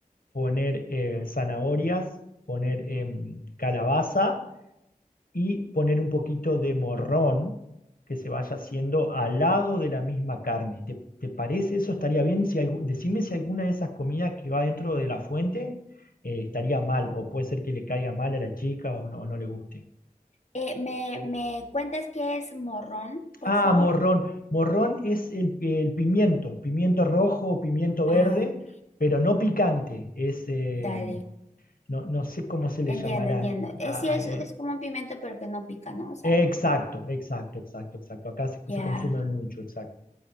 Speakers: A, on the left; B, on the left.
A: poner eh, zanahorias, poner em, calabaza y poner un poquito de morrón que se vaya haciendo al lado de la misma carne. ¿Te, te parece eso? ¿Estaría bien? Si algu- decime si alguna de esas comidas que va dentro de la fuente eh, estaría mal o puede ser que le caiga mal a la chica o no, o no le guste.
B: Eh, ¿me, me cuentas qué es morrón, por
A: Ah,
B: favor?
A: morrón. Morrón es el, el pimiento, pimiento rojo o pimiento verde,
B: Ah, ok.
A: pero no picante. Es, eh,
B: Dale.
A: no, no sé cómo se le
B: Entiendo,
A: llamará.
B: entiendo. Eh,
A: Ah,
B: sí, es,
A: ah, eh,
B: es como un pimiento, pero que no pica, ¿no? O sea,
A: exacto, exacto, exacto, exacto. Acá se, se
B: ya.
A: consume mucho, exacto.